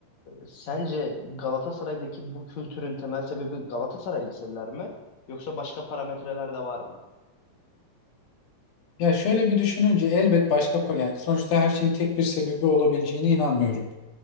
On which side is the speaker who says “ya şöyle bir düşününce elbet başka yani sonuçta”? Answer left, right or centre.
Left